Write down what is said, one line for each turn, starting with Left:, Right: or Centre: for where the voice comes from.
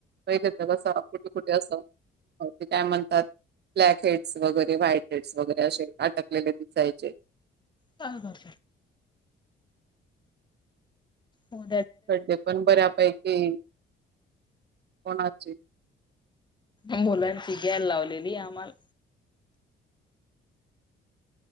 Right: पहिले तर कसं कुठे कुठे असं हो ते काय म्हणतात ब्लॅक हेड्स वगैरे व्हाईट हेड्स वगैरे असे अटकलेले दिसायचे
Left: का कात हो
Right: सडडे पण बऱ्यापैकी कोणाचे
Left: मुलांची गॅर लावलेली आम्हाला